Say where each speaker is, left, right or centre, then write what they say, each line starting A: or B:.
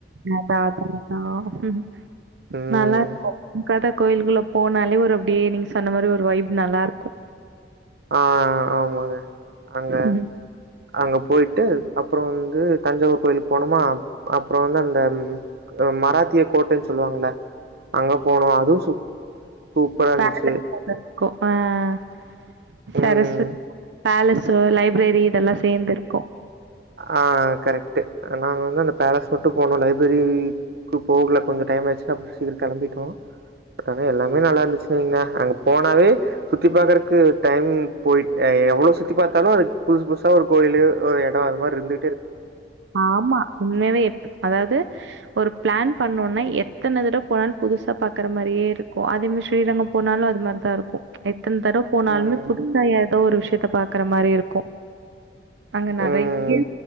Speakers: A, on the right (about 85°); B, on the right (about 60°).
A: அதா அதா அதா ம்
B: ம்
A: நல்லா இருக்கு கத கோயிலுக்குள்ள போனாலே ஒரு அப்படியே நீங்க சொன்ன மாரி ஒரு வைப் நல்லாருக்கு
B: ஆஹ் ஆமாங்க அங்க
A: ம்.
B: அங்க போய் ட்டு அப்புறோ வந்து தஞ்சாவூர் கோய்லுக் போனுமா அப்புறோ வந்து அந்த ம் அ மராத்திய கோட்டைன் சொல்லுவாங்குள அங்க போனோ அதூ சூப் சூப்பரா இருந்துச்சு.
A: பேலன்ஸ் மோட்டல் <unintelligible> சரஸ்வத்
B: ம்.
A: பேலஸு லைப்ரேரி இதெல்லா சேர்ந்திருக்கு
B: ஆஹ் கரெக்ட்டு அ நாங்க வந்து அந்த பேலஸ் கூட்டு போனு லைப்ரரி க்கு போகுல கொஞ்சோ டைம் ஆய்ட்ச்சு நா முட்ஸ்ட்டு ஊருக் கெளம்பிட்டோ அதா எல்லாமே நல்லா இருந்துச்சுங்க அங்க போனாவே சுத்தி பாகுறக்கு டைம் போய் எ எவுளோ சுத்தி பாத்தாலு அதுக்கு புதுசு புதுசா ஒரு கோயிலு ஒரு எ டோ அது மார்ருந்து
A: ஆமா உண்மயாவே எப் அதாவது ஒரு பிளான் பண்ணோனா எத்தன தடவ் போனாலு புதுசா பாக்கற மாரியே இருக்கு அதே மார் ஸ்ரீரங்கோ போனாலு அது மார்தா இருக்கு எத் தன் தடவ் போனால்மே
B: ம்.
A: புதுசா எதோ ஒரு விஷ் யத்த பாக்கற மாரி இருக்கு அங்க நெறைய்ய
B: ம்.